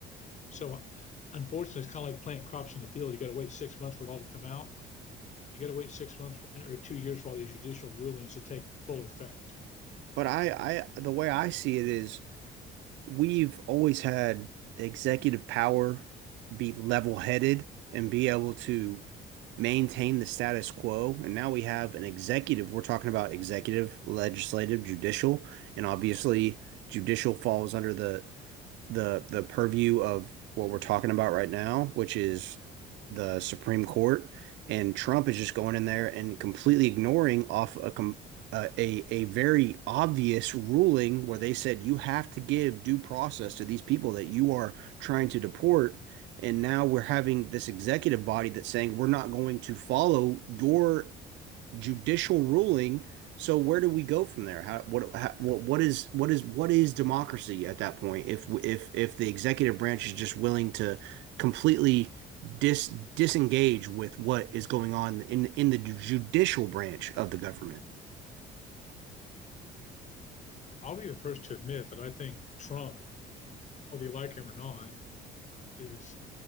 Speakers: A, on the left (about 40°); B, on the right (about 80°).
A: So unfortunately, it's kind of like planting crops in the field. You got to wait six months for it all to come out. You got to wait six months or two years for all these judicial rulings to take full effect.
B: But I, I, the way I see it is we've always had executive power be level-headed and be able to maintain the status quo. And now we have an executive. We're talking about executive, legislative, judicial, and obviously judicial falls under the the the purview of what we're talking about right now, which is the Supreme Court, and Trump is just going in there and completely ignoring off a uh, a a very obvious ruling where they said you have to give due process to these people that you are trying to deport, and now we're having this executive body that's saying we're not going to follow your judicial ruling. So where do we go from there? How, what, how, what, what is, what is, what is democracy at that point? If, if, if the executive branch is just willing to completely dis, disengage with what is going on in, in the judicial branch of the government.
A: I'll be the first to admit that I think Trump, whether you like him or not, is